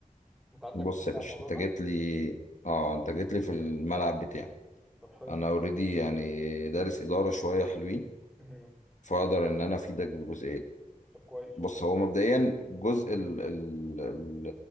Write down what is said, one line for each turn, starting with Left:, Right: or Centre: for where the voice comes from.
Centre: انت عندك
Left: بص
Centre: فكره
Left: يا باشا
Centre: عن الموضوع
Left: انت
Centre: ده
Left: جيت لي اه انت جيت لي في الملعب بتاعي
Centre: طب حلو
Left: انا اوريدي يعني دارس اداره شويه حلوين
Centre: مهم.
Left: فاقدر ان انا افيدك بالجزئيه دي
Centre: طب كويس
Left: بص
Centre: والله
Left: هو مبدئيا جزء ال ال ال